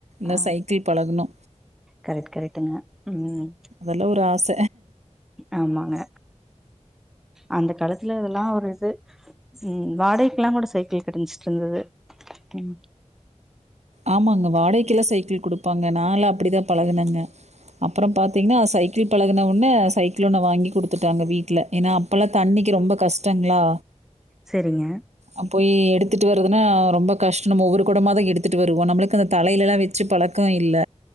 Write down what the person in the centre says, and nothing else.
ஆ
கரெக்ட் கரெக்ட்டுங்க ம்
ஆமாங்க அந்த காலத்துல அதெல்லா ஒரு இது ம் வாடகைக்குலா கூட சைக்கிள் கடைஞ்சுட்டு இருந்தது உம்
செரிங்க